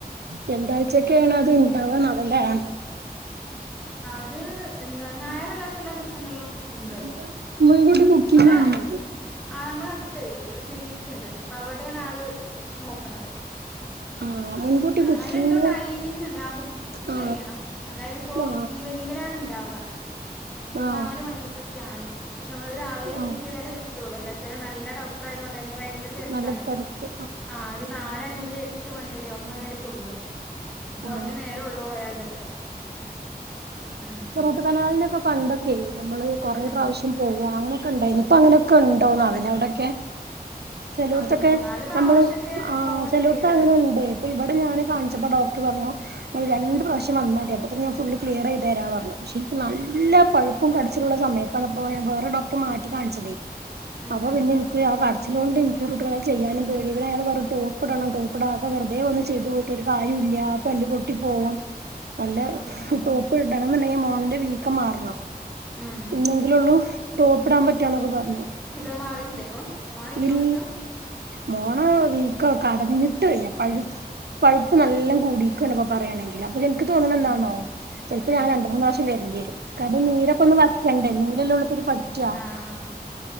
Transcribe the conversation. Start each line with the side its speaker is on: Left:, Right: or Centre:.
Right: രണ്ടാഴ്ചൊക്കെയാണോ അത് ഉണ്ടാവന്നുവലെ
Centre: അത് എന്താ ഞായറല്ലാത്ത എല്ലാ ദിവസങ്ങളിലും ഉണ്ട്
Right: <inaudible> ബുക്കിംഗ്
Centre: ഇവിടെ
Right: ആണോന്ന്
Centre: ആ നമ്മടെ അടുത്തേ ഒരു ക്ലിനിക്ക് ഇണ്ട് അപ്പൊ അവിടെയാണ് ആള് നോക്കണത്
Right: ആ മുൻകൂട്ടി
Centre: ആ
Right: ബുക്കിംഗ്
Centre: അയിലെന്തോ ടൈമിംഗ് ഉണ്ട് ആ ബു
Right: ആ
Centre: ചെയ്യണം അതായത് ഇപ്പോ
Right: ആ
Centre: ഈവനിങ്ങിലാണ് ഇണ്ടാവ ഒരു
Right: ആ
Centre: നാലു മണി തൊട്ടൊക്കെയാണ് പക്ഷെ നമ്മളത് രാവിലെ
Right: ആ
Centre: ബുക്ക് ചെയ്താലേ കി ട്ടുള്ളു എന്താച്ചാല് നല്ല ഡോക്ടർ ആയതുകൊണ്ട് തന്നെ ഭയങ്കര തെരക്കാണ്
Right: നല്ല തിരക്ക്
Centre: ആ ഒരു നാല്മണി മുതൽ എട്ട് മണി വരെയാ ഒമ്പത്ണിവരെ ള്ളു കുറഞ്ഞ
Right: ആ
Centre: നേരം ഉള്ളൂ അയ്യാളുടേത് ഉം
Right: ട്ട് കനാലിനൊക്കെ പണ്ടൊക്കെ യേനമ്മള് കുറേ
Centre: ഉം
Right: പ്രാവശ്യം പോവാ അങ്ങനൊക്കെ ഉണ്ടായിനി ഇപ്പോ അങ്ങനെയൊക്കെ ഉണ്ടോന്നാവാലെഅവിടൊക്കെ ചിലോടത്തൊക്കെ
Centre: ആഹ് ഒരു മൂന്നാല് പ്രാവശ്യൊക്കെ
Right: നമ്മള് ആ
Centre: പോകേണ്ടി
Right: ചെലടത്ത്
Centre: വരേകാരം
Right: അങ്ങനെ ഉണ്ട് അപ്പം ഇവിടെ ഞാന് കാണിച്ചപ്പോ ഡോക്ടർ പറഞ്ഞു ഇങ്ങള് രണ്ട് പ്രാവശ്യം വന്നാതി അപ്പോത്ത്ന് ഞാൻ ഫുളള് ക്ലിയറെയ്തെരാ പറഞ്ഞു. പക്ഷെ ഇൻക്ക് നല്ല പഴുപ്പും കടിച്ചിലുള്ള സമയ തലപ്പോയ വേറെ ഡോക്ടർ മാറ്റി കാണിച്ചതേ.
Centre: ഉം
Right: അപ്പ
Centre: ഉം
Right: പിന്നെ എനി ക്ക് ആ കടിച്ചിലോണ്ട് എനിക്ക് റൂട്ടകനാല് ചെയ്യാനും പേടി പിന്നെ അയാള് പറഞ്ഞു ടോപ്പിടണം ടോപ്പിടാതെ വെർ തേ ഒന്നു ചെയ്തു കൂട്ടിയിട്ട് കാര്യുല്ല ആ പല്ല് പൊട്ടി പോവും. നല്ലെ
Centre: ഉം ഉം
Right: ടോ പ്പ് ഇടണം ന്ന്ണ്ടെങ്കി മോണിന്റെ വീക്കം മാർണം.
Centre: ഉം
Right: ഇന്നെങ്കിലേ ഒള്ളു ടോപ്പിടാൻ പറ്റാന്നൊക്കെ പറഞ്ഞു.
Centre: ന്ന്ട്ട് അത് മാറിയില്ലേ ഇപ്പൊ. മോണ വീങ്ങിയോണ്ട്ക്കാ.
Right: ഇൽ മോണ വീക്കോ കടഞ്ഞിട്ട് വയ്യാ. പഴു പഴുപ്പ് നല്ലൊം കൂടിക്ക്ണ് ഇപ്പ പറയാണെങ്കില് അപ്പൊ ഇൻക്ക് തോന്ന്ണെ
Centre: ഉം
Right: എന്താന്നോ ചെൽപ്പോ
Centre: ഉം
Right: ഞാൻ രണ്ട് മൂന്ന് പ്രാവശ്യം വെര്ണ്ടി വെരും. കാരണം നീരൊക്കെയൊന്ന് വറ്റെണ്ടേ ന്നെ ങ്കിലല്ലെ ഒള്ളുപ്പ ഇത് പറ്റ്യാ
Centre: ആഹ് ആഹ്